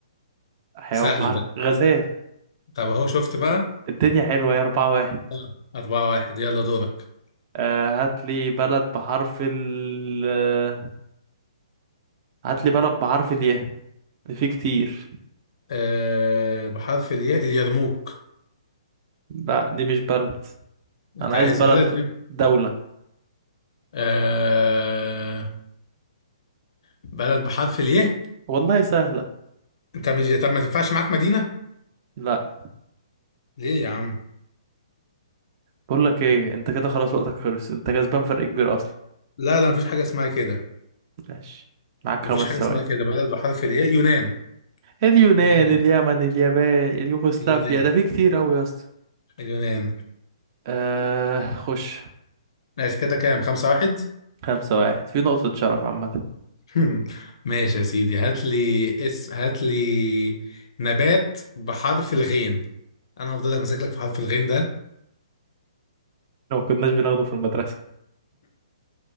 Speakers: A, on the right; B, on the left.
A: حيوان
B: سهل
A: بحر
B: ده
A: غزال
B: طب أهو شفت بقى
A: الدنيا حلوة يا أربعة واحد
B: آه، أربعة واحد يلا دورك
A: آه هات لي بلد بحرف ال آه، هات لي بلد بحرف الياء في كتير
B: آه... بحرف الياء اليرموك
A: لا دي مش بلد
B: انت
A: انا
B: عايز
A: عايز بلد
B: بلد
A: ك-
B: ايه؟
A: دولة
B: آه... بلد بحرف اليه
A: والله سهلة
B: انت مش طب ما تنفعش معاك مدينة
A: لا
B: ليه يا عم
A: بقول لك ايه انت كده خلاص وقتك خلص انت كسبان فرق كبير اصلا
B: لا لا مفيش حاجة اسمها كده
A: ماشي معاك
B: مفيش
A: خمس
B: حاجة
A: ثواني
B: اسمها كده بلد بحرف الياء يونان
A: اليونان
B: اليونان
A: اليمن اليابان اليوغوسلافيا
B: اليونان
A: ده في كتير قوي يا اسطى
B: اليونان
A: آه خش
B: ماشي كده كام خمسة واحد <laughs>
A: خمسة واحد في نقطة شرف عامة
B: هم. ماشي يا سيدي هات لي اس هات لي نبات بحرف الغين انا هفضل ماسك لك في حرف الغين ده
A: لو ما كناش بناخده في المدرسة